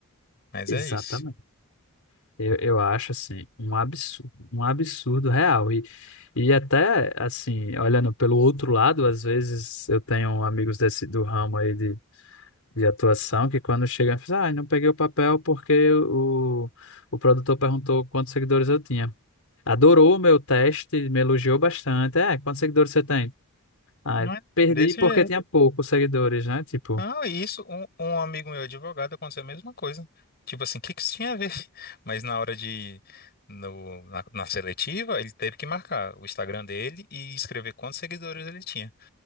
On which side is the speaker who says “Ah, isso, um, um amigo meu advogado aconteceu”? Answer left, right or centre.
Left